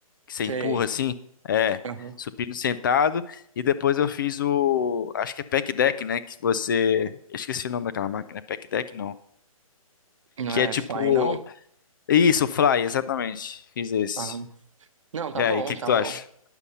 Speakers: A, on the left (about 35°); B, on the right (about 60°).
A: que você
B: sei.
A: empurra assim. É,
B: Aham.
A: supino sentado. E depois eu fiz o, acho que é pec deck, né? Que você, eu esqueci o nome daquela máquina, é pack deck não.
B: Não
A: Que
B: é
A: é tipo,
B: fly, não?
A: isso, fly, exatamente. Fiz esse.
B: Aham. Não, tá
A: E aí,
B: bom,
A: o que
B: tá
A: que tu
B: bom.
A: acha?